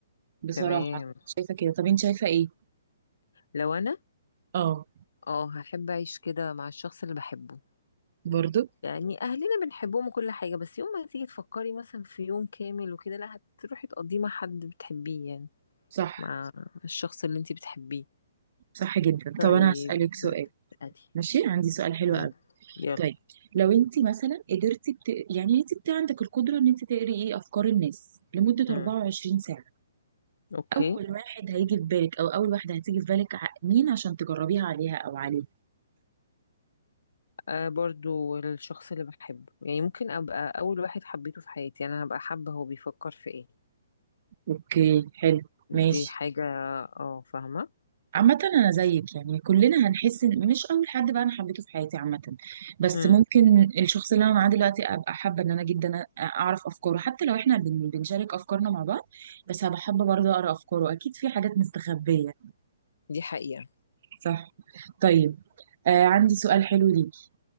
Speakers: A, on the right; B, on the left.
A: بصراحه
B: تمام
A: شايفه كده طب انت شايفه ايه
B: لو انا
A: اه
B: اه هحب اعيش كده مع الشخص اللي بحبه
A: برضو
B: يعني اهلنا بنحبهم وكل حاجه بس يوم ما تيجي تفكري مثلا في يوم كامل وكده لا هتروحي تقضيه مع حد بتحبيه يعني
A: صح
B: مع الشخص اللي انت بتحبيه
A: صح جدا
B: طيب
A: طب انا هسالك سؤال
B: طيب ادي
A: ماشي عندي سؤال حلو
B: مم.
A: قوي
B: يلا
A: طيب لو انت مثلا قدرتي بت... يعني انت بت... عندك القدره ان انت تقري ايه افكار الناس لمده
B: مم.
A: 24 ساعه
B: اوكي
A: اول واحد هيجي في بالك او اول واحده هتيجي في بالك ع- مين عشان تجربيها عليها او عليه
B: آه برضو الشخص اللي بحبه يعني ممكن ابقى اول واحد حبيته في حياتي يعني انا هبقى حابه هو بيفكر في ايه
A: اوكي حلو ماشي
B: دي حاجه اه فاهمه
A: عامة أنا زيك يعني كلنا هنحس إن مش أول حد بقى أنا حبيته في حياتي عامة بس
B: مم.
A: ممكن الشخص اللي أنا معاه دلوقتي أبقى حابة إن أنا جدا أ- أعرف أفكاره حتى لو إحنا بن- بنشارك أفكارنا مع بعض بس هبقى حابة برضه أقرأ أفكاره أكيد في حاجات مستخبية
B: دي حقيقه
A: صح طيب آه عندي سؤال حلو ليكي